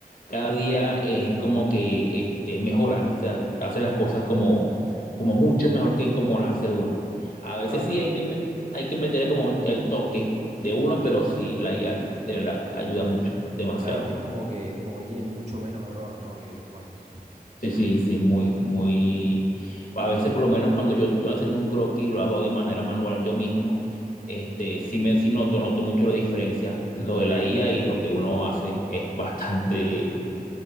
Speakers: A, on the left; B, on the right.
A: cada día es como que este, mejora, o sea, hace las cosas como, como mucho mejor que como las hace uno. A veces
B: Claro,
A: sí
B: ti-
A: hay que, me- hay que meterle como el toque de uno, pero sí la IA de verdad ayuda mucho, demasiado.
B: claro, ti es como que, como que tiene mucho menos error, ¿no? que los humanos.
A: Sí, sí, sí, muy, muy. A veces, por lo menos cuando yo estoy haciendo un croquis, lo hago de manera manual yo mismo. Este,
B: Ajá.
A: sí me sí noto, noto mucho la diferencia. Lo de la IA y lo que uno hace es bastante,